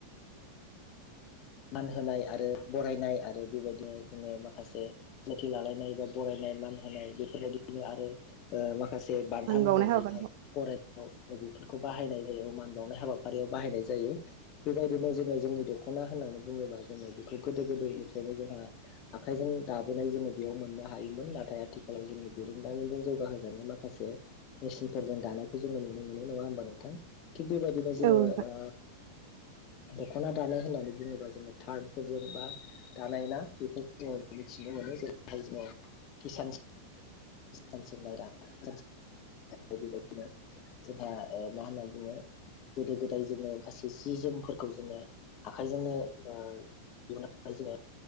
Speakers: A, on the left; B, on the right.
A: मान होनाय आरो बरायनाय आरो बेबायदिनो जोङो माखासे सिनायथि लालायनाय एबा बरायनाय मान होनाय बेफोरबायदिनो आरो माखासे खासे बान्था
B: फानबावनाय
A: महरै
B: हाबाफारिखौ
A: बा फरायनायाव ओ बेफोरखौ बाहायनाय जायो मान बावनाय हाबाफारियाव बाहायनाय जायो बेबायदिनो जोङो जोंनि दख'ना होननानै बुङोबा जोङो बेखौ गोदो गोदायनिफ्रायनो जोंहा आखाइजों दाबोनाय जोङो बेयाव मोननो हायोमोन ना नाथाय आथिखालाव जोंनि बिरोंदामिजों जौगाहोजानाय माखासे मेसिनफोरजों दानायखौ जोङो नुनो मोनो नङा ङा होमबा नोंथां थिग बेबायदिनो जोङो
B: औ नोंथां
A: ओ दख'ना दानाय होननानै बुङोबा जोङो थार्डफोरजों बा दालायना <inaudible> जोङो मिथिनो मोनो जेरैहाय जोङो हिसान सोंनाय <inaudible> बेबायदिनो जोंहा ओ मा होनना बुङो गोदो गोदाय जोङो गासै जि जोमफोरखौ जोङो आखाइजोंनो ओ <inaudible> जोङो